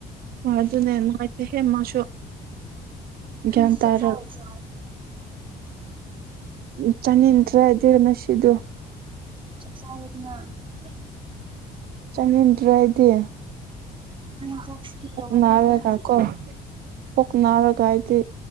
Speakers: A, on the right; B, on the right.
A: ꯍꯣꯏ ꯑꯗꯨꯅꯦ ꯅꯨꯡꯉꯥꯏꯇꯦꯍꯦ ꯃꯥꯁꯨ
B: ꯅꯪ
A: ꯒ꯭ꯌꯥꯟ
B: ꯉꯁꯤ
A: ꯇꯥꯔ
B: ꯆꯥꯛ ꯆꯥꯔꯣꯏꯗꯔꯣ
A: ꯎ ꯆꯥꯅꯤꯡ ꯇ꯭ꯔꯦ <unintelligible>
B: ꯆꯞꯆꯥꯥꯔꯗꯅ
A: ꯆꯪꯅꯤꯡꯟꯗ꯭ꯔꯦꯗꯤ
B: ꯅꯪ ꯆꯥꯛ ꯁ꯭ꯀꯤꯞ ꯇꯧꯕ
A: ꯅꯔ
B: ꯃꯥꯜꯂꯦ
A: ꯀ ꯀꯣ ꯀꯣꯛ ꯉꯥꯎꯔꯒꯥ ꯑꯩꯗꯤ